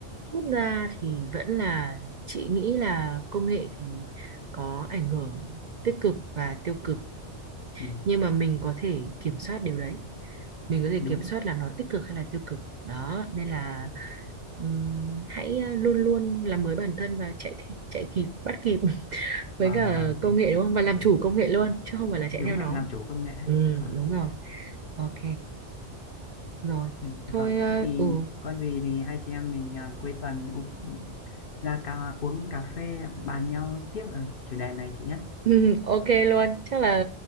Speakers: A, on the right; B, on the left.
A: rút ra thì vẫn là chị nghĩ là công nghệ thì có ảnh hưởng tích cực và tiêu cực
B: Ừ,
A: nhưng mà mình có thể kiểm soát điều đấy mình có thể
B: đúng
A: kiểm soát là nó tích cực hay là tiêu cực đó nên là ừm, hãy ờ, luôn luôn làm mới bản thân và chạy th- chạy kịp bắt kịp <laughs>
B: vâng
A: với cả
B: vâng
A: công nghệ đúng không và làm chủ công nghệ luôn chứ không phải là chạy
B: đúng
A: theo nó
B: là làm chủ công nghệ
A: ừ
B: Đó.
A: đúng rồi ok rồi
B: Ừ,
A: thôi
B: Vâng,
A: ờ,
B: thế thì
A: ừ
B: có gì thì hai chị em mình à, cuối tuần u- ra cà, uống cà phê bàn nhau tiếp ở chủ đề này chị nhé.
A: Ừ, ok luôn. Chắc là